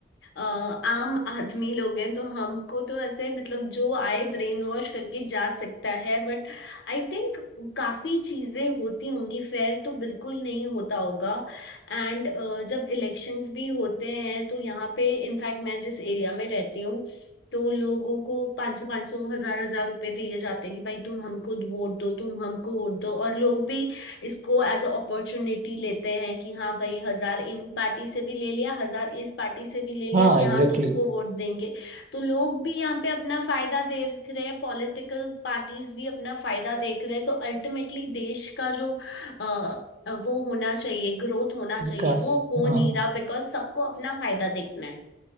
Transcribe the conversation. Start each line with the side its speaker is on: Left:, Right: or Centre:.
Left: अ, आम आदमी लोग हैं तो हमको तो ऐसे मतलब जो आए ब्रेन वॉश करके जा सकता है बट आई थिंक काफी चीजें होती होंगी फेयर तो बिल्कुल नहीं होता होगा एंड जब इलेक्शंस भी होते हैं तो यहाँ पे इनफैक्ट मैं जिस एरिया में रहती हूँ तो लोगों को पाँच सौ पाँच सौ हजार हजार रुपए दिए जाते हैं कि भाई तुम हमको वोट दो तुम हमको वोट दो और लोग भी इसको एज अ अपॉर्चुनिटी लेते हैं कि हाँ भाई हजार इन पार्टी से भी ले लिया हजार इस पार्टी से भी ले लिया
Right: हाँ
Left: कि हाँ
Right: एग्जैक्टली
Left: तुमको
Right: exactly,
Left: वोट देंगे तो लोग भी यहाँ पे अपना फायदा देख रहे हैं पॉलिटिकल पार्टीज भी अपना फायदा देख रहे हैं तो अल्टीमेटली देश का जो अ, वो होना चाहिए ग्रोथ होना चाहिए
Right: विकास
Left: वो हो
Right: हाँ
Left: नहीं रहा बिकॉज सबको अपना फायदा देखना है